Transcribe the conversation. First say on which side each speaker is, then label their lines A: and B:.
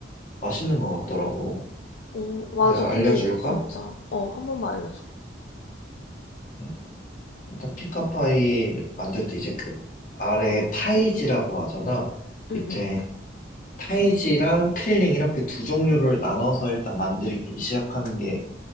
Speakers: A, on the left (about 45°); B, on the left (about 60°).
A: 맛있는 거 같더라고.
B: 어, 맞아.
A: 내가
B: 근데
A: 알려줄까?
B: 진짜, 어, 한 번만 알려줘.
A: 음, 일단 피칸파이 만들 때 이제 그 아래 파이지라고 하잖아. 밑에
B: 응, 응.
A: 타이지랑 필링 이렇게 두 종류를 나눠서 일단 만들기 시작하는 게